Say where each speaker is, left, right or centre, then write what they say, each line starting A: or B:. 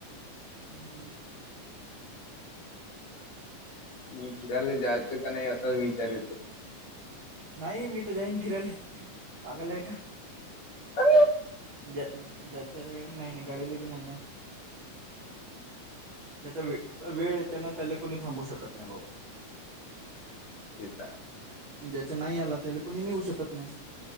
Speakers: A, on the right (about 35°); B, on the left (about 55°).
A: हम्
B: मग फिरायला जायचं का नाही असाच विचार येतो
A: नाही मी तर जाईन फिरायले पागलय का
B: अ
A: ज ज नाही नाही गडेली बी नाहीये त्याचा वे वेळ येते ना त्याला कोुणी थांबू शकत नाही भाऊ
B: जता आहे
A: ज्याचा नाही आला त्या कोणी नऊ शकत नाही